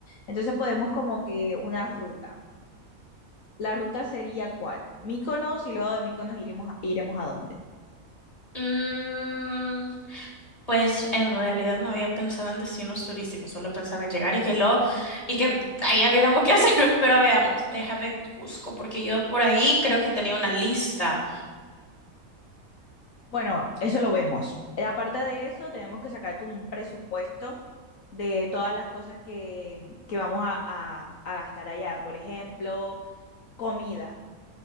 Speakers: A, on the left; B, on the left.
A: Entonces podemos como que una ruta. La ruta sería cuál? Mykonos y luego de Mykonos iremos, a- iremos a dónde.
B: Mm, Pues en realidad no había pensado en destinos turísticos, solo pensaba en llegar y que lo y que allá viéramos qué hacer, <laughs> pero veamos, déjame busco porque yo por ahí creo que tenía una lista,
A: Bueno, eso lo vemos. Eh, Aparte de eso, tenemos que sacar como un presupuesto de todas las cosas que, que vamos a, a- a gastar allá. Por ejemplo, comida.